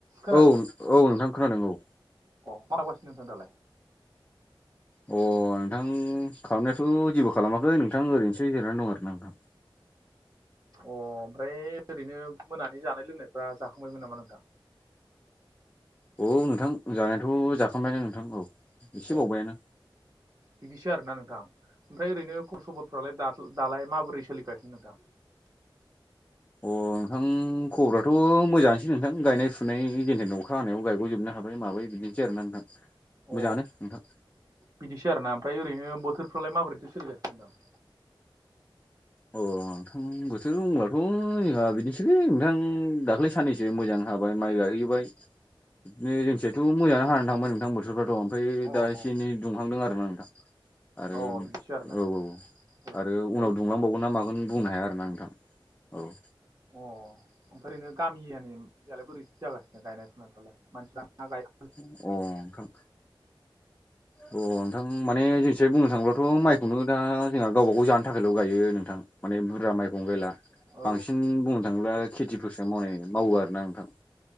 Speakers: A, on the right; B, on the left.
A: खोनादोंना
B: औ औ नोंथां खोनादों औ।
A: अ मा मावगा सिनो नोंथां दालाय?
B: अ नोंथां खालामनायाथ' जेबो खालामाखै नोंथां ओरैनोसो जिरनानै दं आरो ना।
A: अ ओमफ्राय ओरैनो मोनानि जानाय लोंनायफ्रा जाखांबायमोन नामा नोंथां?
B: औ नोंथां जानायाथ' जाखांबायानो नोंथां औ। एसे
A: अ
B: बावबायानो
A: बिदिसो आरोना नोंथां। ओमफ्राय ओरैनो खबर सबरफ्रालाय दालाय माबोरै सोलिगासिनो नोंथां?
B: अ नोंथां खबराथ' मोजांआनोसै नोंथां गायनाय फुनायनि गेजेरजों अखा हानायाव गायग'जोबनो हाबाय माबाय। बिदिनोसै आरोना नोंथां।
A: <inaudible> अ
B: मोजाङानो नोंथां
A: बिदिसो आरोना। ओमफ्राय ओरैनो बोथोरफ्रालाय माबोरैथो सोलिगासिनो दं?
B: अ बोथोर बुंब्लाथ' जोंहा बिदिसैलै नोंथां दाख्लैस साननैसो मोजां हाबाय माइ गायहोबाय। बिदिनो जोंनिथिंजायथ' मोजाङानो हानानै थांबाय नोंथां बोथोरफ्राथ। ओमफ्राय
A: अ
B: दा एसे एनै दुंहांदों आरोना नोंथां। आरो
A: अ बिदिसो आरोना
B: औ औ
A: औ ओमफ्राय
B: आरो उनावथ मा बुंबावनो। मा मागोन बुंनो हाया आरो ना नोंथां औ।
A: अ ओमफ्राय ओरैनो गामियानियालाय बोरै जागोन गायनाय फुनायफ्रालाय मानसिफ्रानो गाय
B: आं नोंथां। अ नोंथां माने जोंनिथिंजाय बुंनो थाङोब्लाथ' माइ मायखौनो दा जोंहा गावबा गाव जानो थाखायल' गायो नोंथां माने बुरजा माइखौनो गायला
A: औ
B: बांसिन बुंनो थाङोब्ला खेथिफोरसो माव मावो आरोना नोंथां।